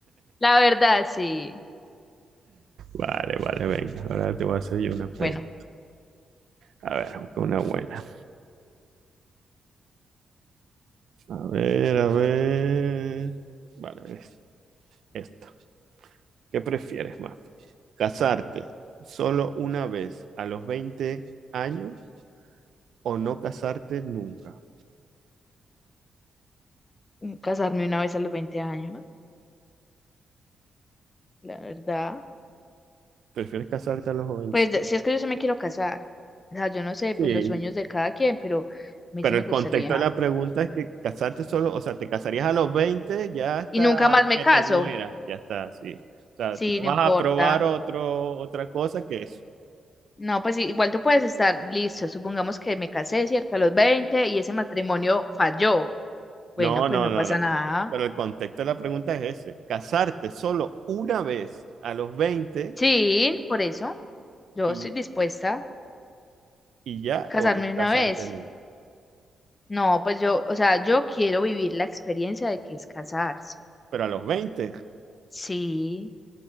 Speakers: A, on the left; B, on the right.
A: la verdad, sí.
B: vale, vale, venga. Ahora te voy a hacer yo una pregunta.
A: Bueno,
B: A ver, busca una buena. A ver, a ver. Vale, es esta. ¿Qué prefieres más? ¿Casarte solo una vez a los veinte años o no casarte nunca?
A: mm, casarme una vez a los 20 años, la verdad.
B: ¿Prefieres casarte a los jovencitos?
A: Pues de- si es que yo sí me quiero casar. O sea, yo no sé,
B: Sí,
A: pues los sueños de cada quien, pero a mí
B: pero
A: sí me
B: el
A: gustaría.
B: contexto de la pregunta es que casarte solo, o sea, te casarías a los 20 ya hasta
A: Y nunca más me
B: que
A: caso.
B: te mueras, ya está, sí. O sea,
A: Sí,
B: no
A: no
B: vas
A: importa.
B: a probar otro, otra cosa que eso.
A: No, pues sí, igual tú puedes estar listo. Supongamos que me casé, ¿cierto? A los 20 y ese matrimonio falló. Bueno,
B: No,
A: pues
B: no,
A: no
B: no,
A: pasa
B: no.
A: nada.
B: Pero el contexto de la pregunta es ese, casarte solo una vez a los 20
A: Sí, por eso yo
B: y,
A: estoy dispuesta a
B: y ya
A: casarme
B: o no casarte
A: una vez.
B: nunca.
A: No, pues yo, o sea, yo quiero vivir la experiencia de que es casarse.
B: Pero a los 20,
A: Sí,